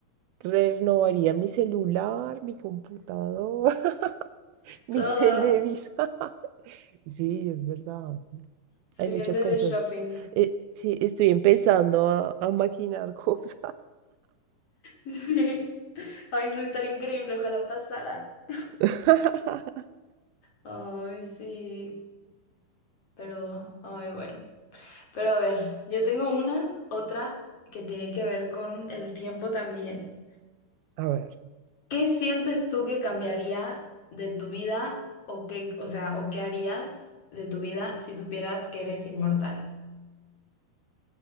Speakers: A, on the right; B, on the left.
A: renovaría mi celular, mi computador, <laughs> mi
B: Todo
A: televisor. <laughs> Sí, es verdad.
B: serían
A: Hay muchas
B: de
A: cosas.
B: de shopping. <laughs>
A: Eh, sí, estoy empezando a, a maquinar cosas.
B: Sí. Ay, no, estaría increíble, ojalá pasara.
A: <laughs>
B: Ay, sí, pero, ay, bueno. Pero a ver, yo tengo una, otra que tiene que ver con el tiempo también.
A: A ver,
B: ¿Qué sientes tú que cambiaría de tu vida o qué, o sea, o qué harías de tu vida si supieras que eres inmortal?